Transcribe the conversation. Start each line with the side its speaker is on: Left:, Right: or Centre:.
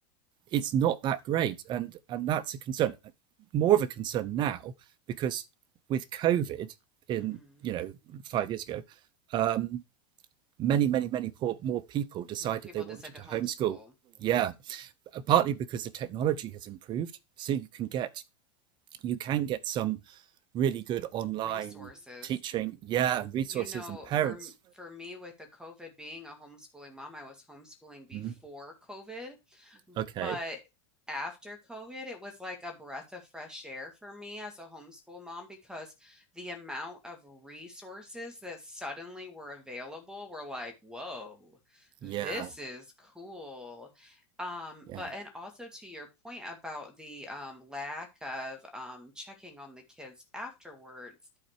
Right: it's not that great, and and that's a concern. uh, More of a concern now because with COVID in
Centre: mm-hmm
Right: you know five years ago, um, many many many more people decided
Centre: more people
Right: they wanted
Centre: decide to
Right: to
Centre: homeschool
Right: homeschool. Yeah, uh, partly because the technology has improved. So you can get you can get some really good online
Centre: resources
Right: teaching. Yeah, resources
Centre: You know,
Right: and parents.
Centre: for m- for me with the COVID being a homeschooling mom, I was homeschooling before
Right: Mm,
Centre: COVID,
Right: okay.
Centre: but after COVID, it was like a breath of fresh air for me as a homeschool mom because the amount of resources that suddenly were available were like, whoa, this
Right: Yeah.
Centre: is cool. Um,
Right: Yeah.
Centre: but and also to your point about the um, lack of um, checking on the kids afterwards